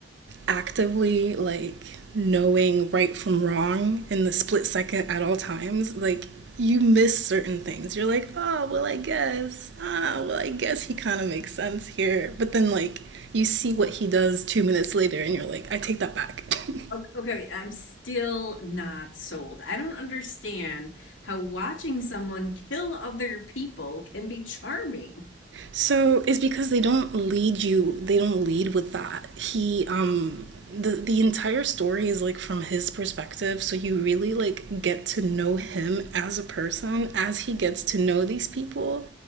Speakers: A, on the right; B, on the left.
A: actively like knowing right from wrong in the split second at all times, like you miss certain things. You're like, oh, well, I guess, ah, well, I guess he kind of makes sense here. But then, like, you see what he does two minutes later, and you're like, I take that back. <laughs>
B: O- Okay, I'm still not sold. I don't understand how watching someone kill other people can be charming.
A: So it's because they don't lead you. They don't lead with that. He um the the entire story is like from his perspective, so you really like get to know him as a person as he gets to know these people,